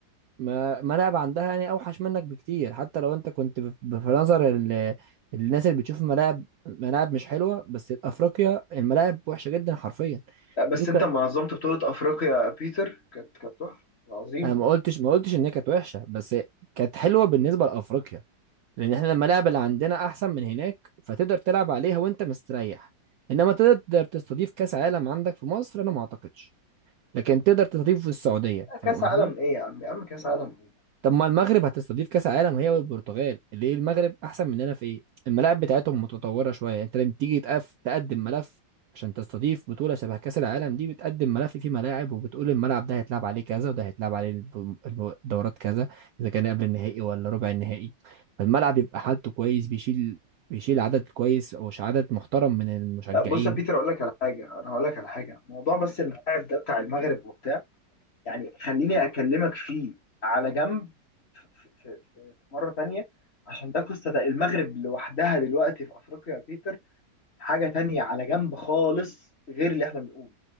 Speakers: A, on the right; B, on the left.
A: ما ملاعب عندها يعني اوحش منك بكتير حتى لو انت كنت ب- ب- في نظر ال- الناس اللي بتشوف ملاعب ملاعب مش حلوه بس افريقيا الملاعب وحشه جدا حرفيا
B: لا بس
A: انت
B: انت لما نظمت بطوله افريقيا يا بيتر كانت كانت تحفه عظيمه
A: انا ما قلتش ما قلتش ان هي كانت وحشه بس كانت حلوه بالنسبه لافريقيا لان احنا الملاعب اللي عندنا احسن من هناك فتقدر تلعب عليها وانت مستريح انما تقدر تستضيف كاس عالم عندك في مصر انا ما اعتقدش لكن تقدر تستضيفه في السعوديه
B: لا
A: فاهم
B: كاس
A: قصدي
B: عالم ايه يا عم يا عم كاس عالم ايه
A: طب ما المغرب هتستضيف كاس عالم هي والبرتغال ليه المغرب احسن مننا في ايه الملاعب بتاعتهم متطوره شويه يعني انت لما تيجي تقف تقدم ملف عشان تستضيف بطوله شبه كاس العالم دي بتقدم ملف فيه ملاعب وبتقول الملعب ده هيتلعب عليه كذا وده هيتلعب عليه الب- الب- الدورات كذا اذا كان قبل النهائي ولا ربع النهائي فالملعب يبقى حالته كويس بيشيل بيشيل عدد كويس او عدد محترم من المشجعين
B: لا بص يا بيتر اقول لك على حاجه انا هقول لك على حاجه موضوع بس الملاعب ده بتاع المغرب وبتاع يعني خليني اكلمك فيه على جنب في, في, في, في مره تانية عشان ده قصه ده المغرب لوحدها دلوقتي في افريقيا يا بيتر حاجه تانية على جنب خالص غير اللي احنا بنقوله